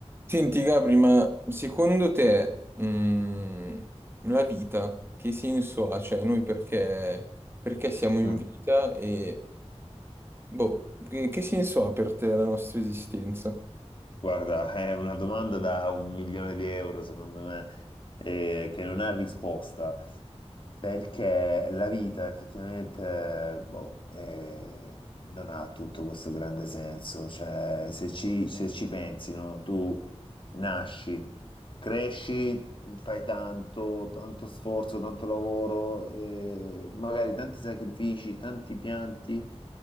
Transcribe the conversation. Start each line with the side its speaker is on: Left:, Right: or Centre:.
Right: Senti, Gabri, ma secondo te, mh, la vita che senso ha? Cioè, noi perché, perché siamo in
Left: Mm.
Right: vita e, boh, che che senso ha per te la nostra esistenza?
Left: Guarda, è una domanda da un milione di euro, secondo me, eh, che non ha risposta, perché la vita effettivamente, boh, eh, non ha tutto questo grande senso. Cioè, se ci, se ci pensi, no? Tu nasci, cresci, fai tanto, tanto sforzo, tanto lavoro, eh, magari tanti sacrifici, tanti pianti,